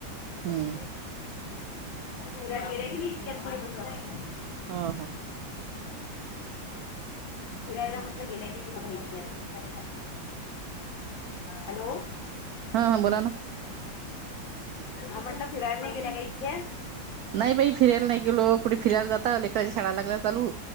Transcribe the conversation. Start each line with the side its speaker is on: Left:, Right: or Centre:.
Left: <unintelligible>
Right: हम्म
Left: फिरायला गेले का नाही इतक्यात. <unintelligible>
Right: हा हा.
Left: फिरायला म्हटलं गेल्या की नाही, कुठे इतक्यात. हॅलो.
Right: हा हा बोला ना
Left: हा म्हटलं फिरायला नाही गेल्या का इतक्या?
Right: नाही बाई फिरायला नाही गेलो, कुठे फिरायला जाता लेरकाच्या शाळाला लागला चालू.